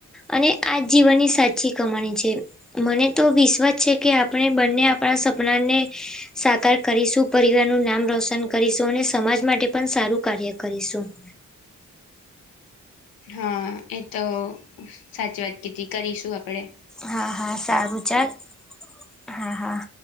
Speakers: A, in the centre; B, on the left (about 85°).
A: અને આજ જીવનની સાચી કમાણી છે. મને તો વિશ્વાસ છે કે આપણે બંને આપણા સપનાને. સાકાર કરીશું પરિવાર નું નામ રોશન કરીશું અને સમાજ માટે પણ સારું કાર્ય કરીશું. <inaudible>
B: હા એ તો સાચી વાત કીધ કરીશું આપણે.
A: હા હા સારું ચલ હા હા.